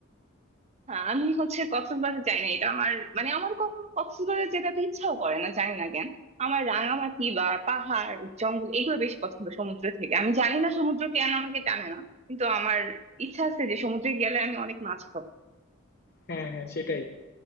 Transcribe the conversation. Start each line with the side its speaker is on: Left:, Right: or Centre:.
Right: হ্যাঁ আমি হচ্ছে কক্সবাজার যাই না এটা আমার মানে আমার কখনো কক্সবাজার যেতে তো ইচ্ছাও করে না জানি না কেন আমার রাঙামাটি বা পাহাড় জঙ্গল এগুলো বেশি পছন্দ সমুদ্র থেকে আমি জানি না সমুদ্র কেন আমাকে টানে না কিন্তু আমার ইচ্ছা আছে যে সমুদ্রে গেলে আমি অনেক মাছ খাবো
Left: হ্যাঁ, হ্যাঁ, সেটাই।